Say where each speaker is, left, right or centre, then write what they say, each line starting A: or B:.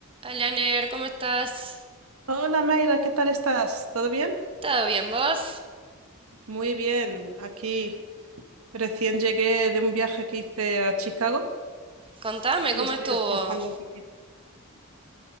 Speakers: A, on the right (about 25°); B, on the right (about 85°).
A: Hola, Ner, ¿cómo estás?
B: Hola Mayra, ¿qué tal estás? ¿Todo bien?
A: ¿Todo bien, vos?
B: Muy bien, aquí recién llegué de un viaje que hice a Chicago
A: Contame,
B: y
A: ¿cómo
B: estoy
A: estuvo?
B: descansando un poquito.